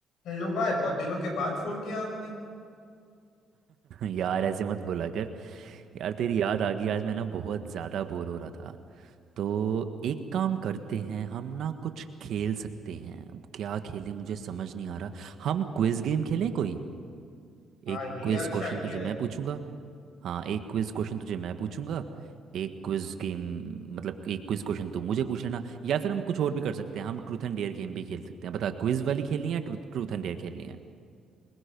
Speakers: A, on the left; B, on the right.
A: Hello भाई बहुत दिनों के बाद फोन किया आपने
B: यार ऐसे मत बोला कर यार तेरी याद आ गई आज मैं ना बहुत ज़्यादा बोर हो रहा था तो एक काम करते हैं हम ना कुछ खेल सकते हैं अब क्या खेलें मुझे समझ नहीं आ रहा हम क्विज गेम खेलें कोई
A: हाँ
B: एक
A: ये
B: क्विज
A: अच्छा
B: क्वेश्चन
A: आइडिया
B: तुझे
A: है
B: मैं पूछूंगा हाँ एक क्विज क्वेश्चन तुझे मैं पूछूंगा एक क्विज गेम मतलब एक क्विज क्वेश्चन तू मुझे पूछ लेना या फिर हम कुछ और भी कर सकते हैं हम ट्रूथ एंड डेयर गेम भी खेल सकते हैं बता क्विज वाली खेलनी है ट्रूथ ट्रूथ एंड डेयर खेलनी है